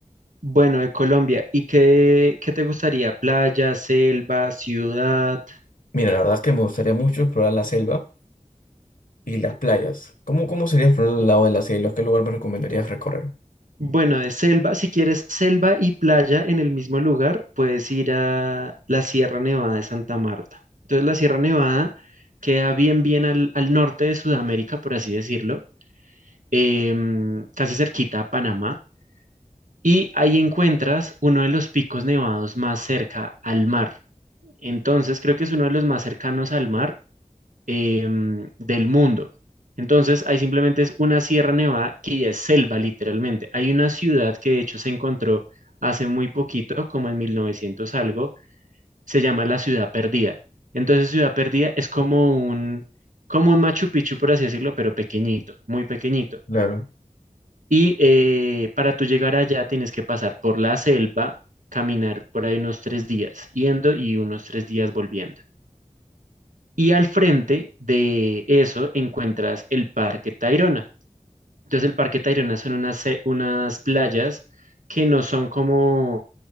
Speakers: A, on the right (about 80°); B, on the left (about 80°).
A: Bueno, de Colombia, ¿y qué, qué te gustaría? ¿Playa, selva, ciudad?
B: Mira, la verdad es que me gustaría mucho explorar la selva y las playas. ¿Cómo, cómo sería explorar el lado de la selva? ¿Qué lugar me recomendarías recorrer?
A: Bueno, de selva, si quieres selva y playa en el mismo lugar, puedes ir a la Sierra Nevada de Santa Marta. Entonces, la Sierra Nevada queda bien, bien al, al norte de Sudamérica, por así decirlo, em, casi cerquita a Panamá, y ahí encuentras uno de los picos nevados más cerca al mar. Entonces, creo que es uno de los más cercanos al mar em, del mundo. Entonces, ahí simplemente es una Sierra Nevada que ya es selva, literalmente. Hay una ciudad que de hecho se encontró hace muy poquito, como en 1900 algo, se llama la Ciudad Perdida. Entonces, Ciudad Perdida es como un, como un Machu Picchu, por así decirlo, pero pequeñito, muy pequeñito.
B: Claro.
A: Y eh, para tú llegar allá tienes que pasar por la selva, caminar por ahí unos tres días, yendo y unos tres días volviendo. Y al frente de eso encuentras el Parque Tayrona. Entonces el Parque Tayrona son unas, se- unas playas que no son como,